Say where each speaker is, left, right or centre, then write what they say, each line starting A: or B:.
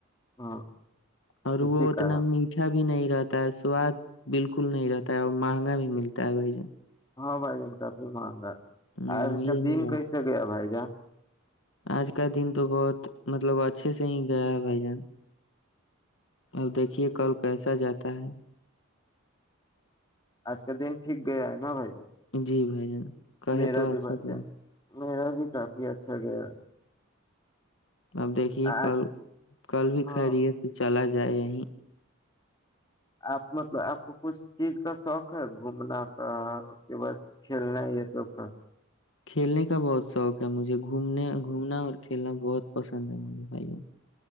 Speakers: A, on the left; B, on the left.
A: ہ
B: اور
A: اسی
B: وہ
A: کارن
B: اتنا میٹھا بھی نہیں رہتا ہے سواد بالکل نہیں رہتا ہے اور مہنگا بھی ملتا ہے بھائی جن
A: ہاں بھائی جن کا بھی مہنگا
B: ہوں،
A: آج
B: یہی
A: کا دن
B: بات
A: کیسے گیا بھائی جان
B: آج کا دن تو بہت مطلب اچھے سے ہی گیا ہے بھائی جان اب دیکھیے کل کیسا جاتا تا ہے
A: آج کا دن ٹھیک گیا ہے نا بھائی جان
B: جی بھائی جان کہے
A: میرا
B: تو اچھا
A: بھی بر
B: کیا
A: جائے
B: ہے۔
A: میرا بھی بھی کافی اچھا گیا
B: اب دیکھیے کل
A: آج
B: کل بھی
A: ہاں
B: خریی ہے سے چلا جائے جائے یہیں
A: آپ مطلب آپ کو کچھ چیز کا شوق ہے گھومنا کا اس کے بعد کھیلنا یہ شوق کا
B: کھیلنے کا بہت شوق ہے مجھے گھومنے گھومنا اور کھیلنا بہت پسند ہے مجھے بھائی جان